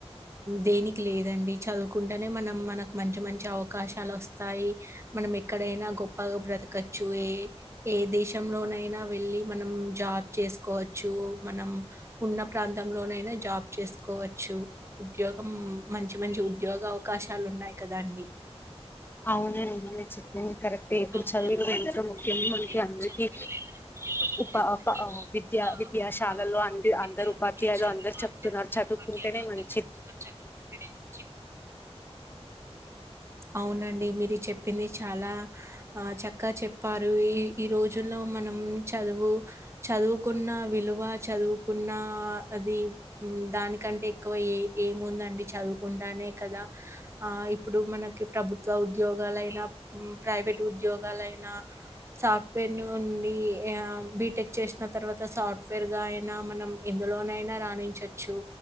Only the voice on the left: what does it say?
అవునండి మీరు చెప్పింది కరెక్ట్ ఇప్పుడు
చదువు
ఎంతో
ముఖ్యంగా
మనకి
అందరికీ
ఉ
విద్యా
విద్యాశాలలో
అ
అందరు పధ్యాలు
అందరు చెప్తున్నారు
చదువుకుంటేనే
మంచి